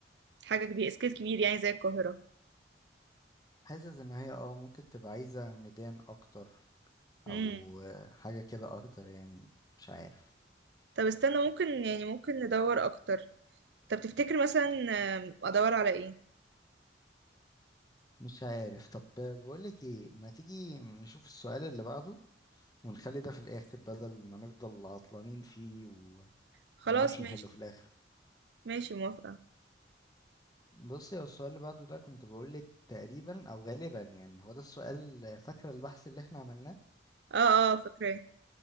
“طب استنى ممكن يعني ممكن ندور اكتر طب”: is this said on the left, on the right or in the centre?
Right